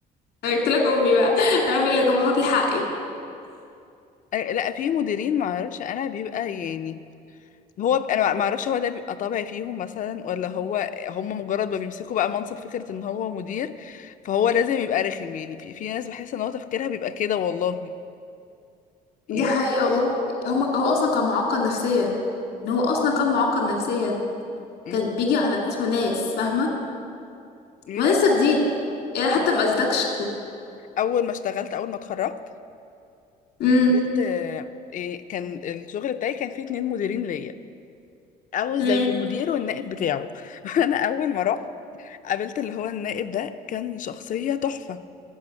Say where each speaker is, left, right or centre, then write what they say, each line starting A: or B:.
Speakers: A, on the left; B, on the left.
A: أنا جبت لك أمي بقى أنا أمي اللي جابت لي حقي
B: أي- لا في مديرين ما اعرفش انا بيبقى يعني هو ب... انا ما اعرفش هو ده بيبقى طبع فيهم مثلا ولا هو هم مجرد ما بيمسكوا بقى منصب فكرة ان هو مدير فهو لازم يبقى رخم يعني في, في ناس بحس ان هو تفكيرها بيبقى كده والله يعني
A: دي حقيقة والله هما هو أصلا كان معقد نفسيا إن هو أصلا كان معقد نفسيا
B: مم.
A: كان بيجي على ناس وناس فاهمة
B: يعني
A: ما
B: <laughs>
A: لسه جديد يعني حتى
B: انا
A: ما أذيتكش
B: اول ما اشتغلت اول ما اتخرجت
A: مم.
B: قابلت آه، إيه، كان الشغل بتاعي كان فيه اتنين مديرين ليا او
A: مم.
B: زي مدير والنائب بتاعه <laughs> انا اول ما رحت قابلت اللي هو النائب ده كان شخصية تحفة